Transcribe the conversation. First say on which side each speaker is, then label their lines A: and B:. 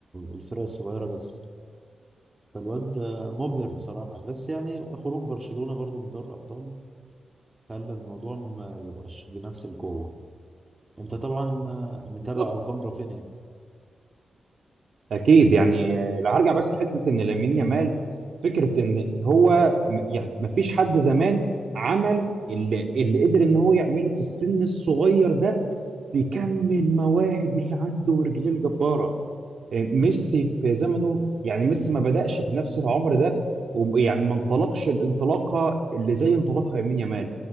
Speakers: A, on the right (about 25°); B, on the right (about 70°).
A: الفرق الصغيرة بس، فالواد مبهر بصراحة بس يعني خروج برشلونة برضو من دوري الأبطال خلى الموضوع ما يبقاش بنفس القوة، أنت طبعا متابع
B: بالظبط
A: أرقام رافينيا.
B: اكيد يعني آه، لو هرجع بس حته ان لامين يامال فكره ان هو م- يعني ما فيش حد زمان عمل اللي, اللي قدر ان هو يعمله في السن الصغير ده بيكمل مواهب اللي عنده ورجليه الجباره آه، ميسي في زمنه يعني ميسي ما بدأش بنفس العمر ده ويعني ما انطلقش الانطلاقه اللي زي انطلاقها يمين يامال